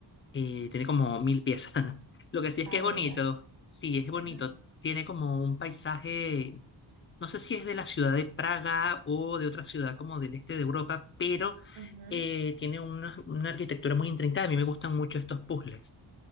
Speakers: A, on the left; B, on the right.
A: Eh, tiene como mil piezas. <laughs> Lo que sí es
B: Ala.
A: que es bonito, sí, es bonito.
B: <laughs> Ajá.
A: Tiene como un paisaje no sé si es de la ciudad de Praga o de otra ciudad como del este de Europa, pero
B: Ujú.
A: eh, tiene una, una arquitectura muy intrincada. A mí me gustan mucho estos puzzles,